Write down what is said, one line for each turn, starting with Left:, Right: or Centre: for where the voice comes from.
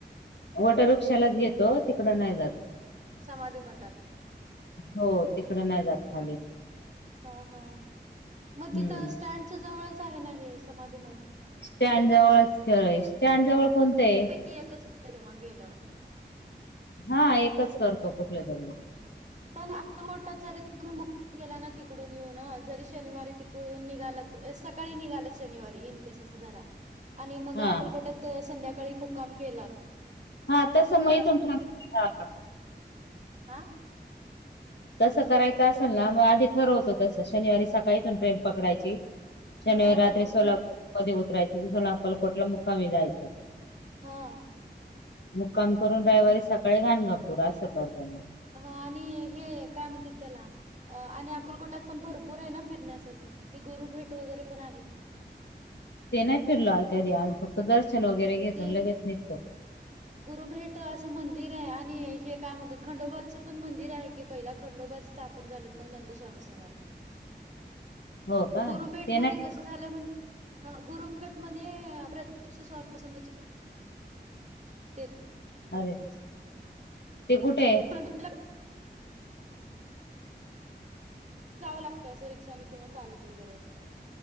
Left: वट वृक्षालाच घेतो तिकड नाही जात.
Right: समाधी मठात?
Left: हो तिकडे नाही जात खाली.
Right: हा हा मग
Left: हम्म
Right: तिथं स्टँडच्या जवळच आहे ना मग हे समाधी मठ.
Left: स्टँडजवळच खेळ आहे, स्टँडजवळ कोणतं आहे?
Right: कि एकच <unintelligible> तेव्हा गेल्यावर.
Left: हा एकच करतो कुठल्या तरी मग.
Right: पण अक्कलवटात जरी तुम्ही मु गेला ना तिकडून येऊन जरी शनिवारी तिकडून निघालत सकाळी निघाल शनिवारी इन केस अस जरा आणि मग
Left: हा
Right: अकलकोटत संध्याकाळी मुक्काम केलात.
Left: हा तस
Right: मग
Left: मय तून ठ <unintelligible>
Right: हा.
Left: तसं करायचं असेल ना मग आधी ठरवतो तस शनिवारी सकाळी इथून ट्रेन पकडायची. शनिवारी
Right: हा
Left: रात्री सोलापूमध्ये उतरायचं तिथून अक्कलकोटला मुकामी जायच.
Right: हा.
Left: मुक्काम करून रविवारी सकाळी घाणगा पुरा असं करतो मग.
Right: ह आणि हे काय म्हणतेत त्याला आणि अकुलकोटात पण भरपूर आहे ना फिरण्यासारखं ती गुरु भेट वगैरे पण आहे की.
Left: ते नाही फिरलं कधी आम्ही फक्त दर्शन वगैरे घेतो
Right: ते
Left: लगेच निघतो.
Right: गुरुभेट असं मंदिर आहे आणि हे काय म्हणतात खंडोबाचं पण मंदिर आहे की पहिला खंडोबाच त झालेत मग नंतर स्वामी
Left: हो का
Right: <unintelligible> गुरुभेट
Left: ते नाही
Right: मध्ये कसं झालंय <unintelligible> हं गुरुभेटमध्ये प्रत्यक्ष स्वामी <unintelligible>
Left: अरे ते कुठे आहे?
Right: <unintelligible> जावं लागतय, असं रिक्षाने किंवा चालत वगैरे असं